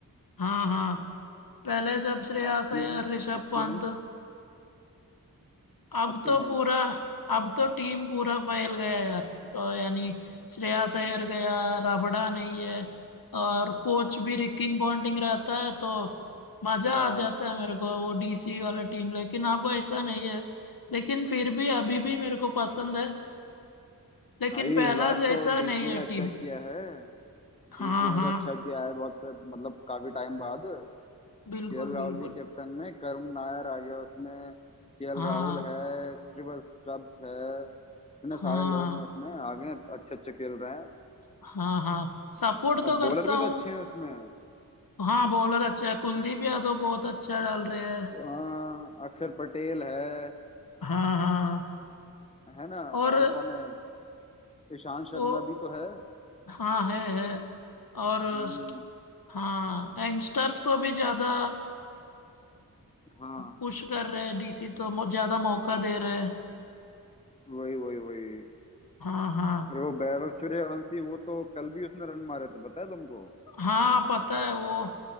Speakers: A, on the left; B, on the left.
A: हाँ हाँ पहले जब श्रेयस
B: तो अब क्यों
A: अय्यर ऋषभ
B: अब क्यों
A: पंत
B: नहीं
A: अब
B: अब क्यों
A: तो
B: नहीं
A: पूरा अब तो टीम पूरा फैल गया यार तो यानी श्रेयस अय्यर गया रबड़ा नहीं है और कोच भी रिकिंग पॉन्टिंग रहता है तो मजा
B: आ,
A: आ जाता है मेरे को वो डीसी वाला टीम लेकिन अब ऐसा नहीं है लेकिन फिर भी अभी भी मेरे को पसंद है लेकिन
B: भाई
A: पहला
B: इस बार
A: जैसा
B: तो डीसी
A: नहीं है
B: ने अच्छा
A: टीम
B: किया है
A: हाँ
B: डीसी ने
A: हाँ
B: तो अच्छा किया है बहुत मतलब काफी टाइम बाद
A: बिल्कुल
B: केएल राहुल
A: बिल्कुल
B: के कैप्टन में करुण नायर आ गया उसमें केएल
A: हाँ
B: राहुल है ट्रिपल स्टब्स है इतने
A: हाँ
B: सारे लोग हैं उसमें आ गए अच्छे अच्छे खेल रहे हैं
A: हाँ हाँ सपोर्ट
B: और
A: तो करता
B: बॉलर भी
A: हूँ
B: तो अच्छे हैं उसमें
A: हाँ बॉलर अच्छा है कुलदीप यादव बहुत अच्छा डाल रहे हैं
B: आ, अक्षर पटेल है
A: हाँ हाँ
B: है ना
A: और
B: और कौन है ईशान शर्मा
A: वो
B: भी तो है
A: हाँ है है और
B: हम्म
A: हाँ यंगस्टर्स को भी ज्यादा
B: हाँ
A: पुश कर रहे हैं डीसी तो मो- ज्यादा मौका दे रहे हैं
B: वही वही वही
A: हाँ हाँ
B: और वो वैभव सूर्यवंशी वो तो कल भी उसने रन मारे थे पता है तुमको
A: हाँ पता है वो